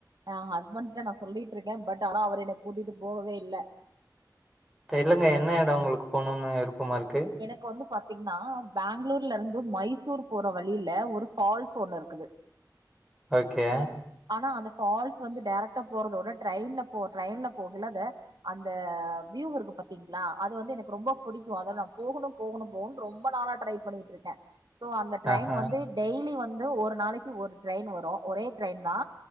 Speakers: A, on the right; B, in the centre.
A: ஏ ஹஸ்பண்ட்ட நா சொல்லிட்டு இருக்க பட் ஆனா அவர் இன்னு கூட்டிட்டு போவே இல்ல
B: தெரிலங்க என்ன எடோ உங்களுக்கு போணுன்னு விருப்பமா இருக்கு
A: எனக்கு வந்து பாத்தீங்கன்னா பேங்களூர்ல இருந்து மைசூர் போற வழியில ஒரு ஃபால்ஸ் ஒன்னு இருக்குது
B: ஓகே
A: ஆனா அந்த ஃபால்ஸ் வந்து டேரெக்டா போறதோட ட்ரெயின்ல போ ட்ரெயின்ல போகல அத அந்த வியூ இருக்கு பாத்தீங்களா அது வந்து எனக்கு ரொம்ப புடிக்கும் அதா நா போகணு போகணு போகணுன் ரொம்ப நாளா ட்ரை பண்ணிட்டு இருக்க சோ அந்த ட்ரெயின்
B: ஆஹா
A: வந்து டெய்லி வந்து ஒரு நாளைக்கு ஒரு ட்ரெயின் வரு ஒரே ட்ரெயின் தா